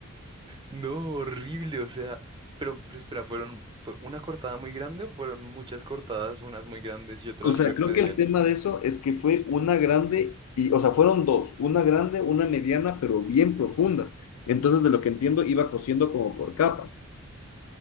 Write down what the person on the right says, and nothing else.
No, horrible, o sea, pero, pero espera, ¿fueron, fue una cortada muy grande o fueron muchas cortadas, unas muy grandes y otras
re-
medianas?